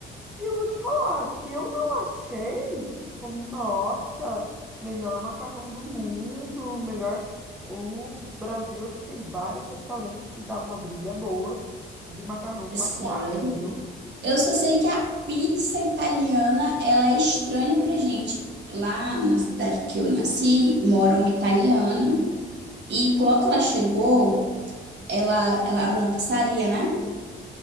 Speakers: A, in the centre; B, on the right (about 60°).
A: E eu vou te falar que eu não achei, tipo, nossa, melhor macarrão do mundo, melhor. O Brasil, assim, tem vários restaurantes que dá uma briga boa de macarrão com
B: Sério?
A: a Itália, viu?
B: Eu só sei que a pizza italiana, ela é estranha pra gente. Lá na cidade que eu nasci, mora uma italiana e logo que ela chegou, ela, ela abriu uma pizzaria, né?